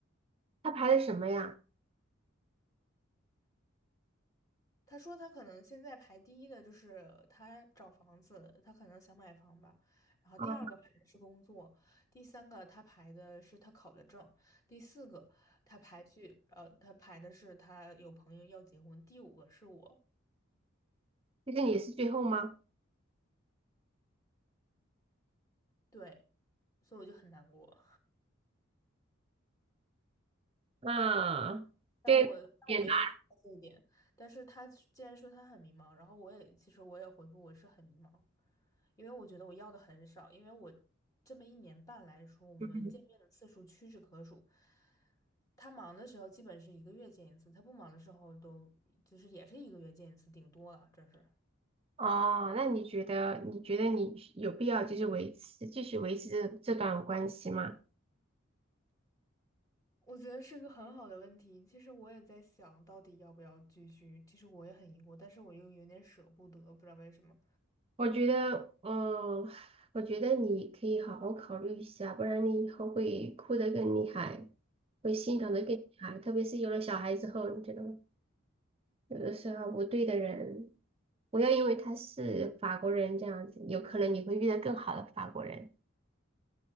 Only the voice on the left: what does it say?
他说他可能现在排第一的就是他找房子，他可能想买房吧，然后第二个排的是工作，
第三个他排的是他考的证，第四个他排序，呃，他排的是他有朋友要结婚，第五个是我，
对，所以我就很难过。
但我但我没有提到这一点，
但是他既然说他很迷茫，然后我也其实我也回复我是很迷茫，因为我觉得我要的很少，因为我这么一年半来说，我们见面的次数屈指可数。
他忙的时候基本是一个月见一次，他不忙的时候都就是也是一个月见一次，顶多了，这是。
我觉得是个很好的问题。其实我也在想，到底要不要继续。其实我也很疑惑，但是我又有点舍不得，不知道为什么。